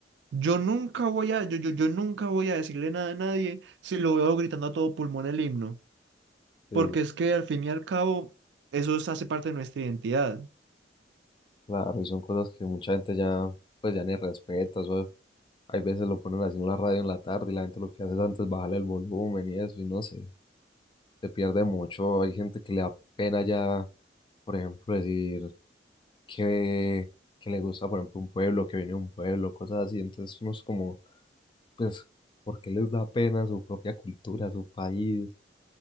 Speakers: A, on the right; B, on the left.
A: Yo nunca voy a, yo, yo, yo nunca voy a decirle nada a nadie si lo veo gritando a todo pulmón el himno,
B: Sí,
A: porque es que al fin y al cabo eso es- hace parte de nuestra identidad.
B: claro, y son cosas que mucha gente ya, pues ya ni respeta, eso, hay veces lo ponen así en la radio en la tarde y la gente lo que hace es antes bajarle el volumen y eso, y no sé, se pierde mucho, hay gente que le da pena ya, por ejemplo, decir que, que le gusta, por ejemplo, un pueblo, que viene de un pueblo, cosas así, entonces uno es como, pues, ¿por qué les da pena su propia cultura, su país?